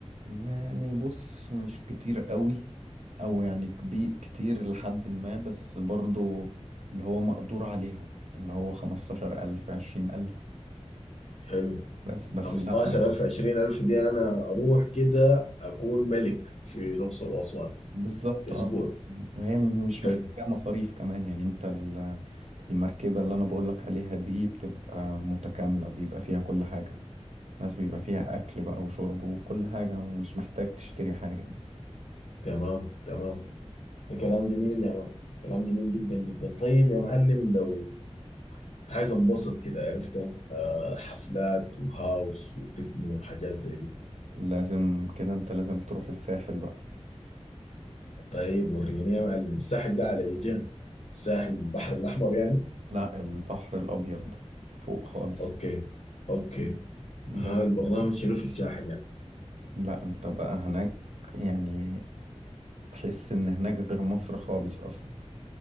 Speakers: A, on the right (about 75°); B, on the left (about 85°).
A: يعني بص مش كتير قوي او يعني كبير كتير لحد ما بس برضو اللي هو مقدور عليها اللي هو خمستاشر الف عشرين الف
B: حلو
A: بس بس
B: 15000
A: لا يعني
B: 20000 دي أنا أروح كده أكون ملك في الأقصر وأسوان
A: بالظبط
B: أسبوع
A: اه يعني هي مش
B: حلو
A: محتاجة مصاريف كمان يعني انت ال- المركبة اللي انا بقولك عليها دي بتبقى متكاملة بيبقى فيها كل حاجة بس بيبقى فيها اكل بقى وشرب وكل حاجة مش محتاج تشتري حاجة يعني
B: تمام تمام ده كلام جميل يا مان كلام جميل جدا جدا طيب يا معلم لو عايز انبسط كده عرفت آه، حفلات وهاوس وتكنو وحاجات زي دي
A: لازم كده انت لازم تروح الساحل بقى
B: طيب وريني يا معلم الساحل ده على ايه جهة الساحل البحر الأحمر يعني
A: لا البحر الأبيض فوق خالص
B: أوكي اوكي ها
A: بس
B: البرنامج شنو في الساحل يعني
A: لا انت بقى هناك يعني تحس ان هناك غير مصر خالص اصلا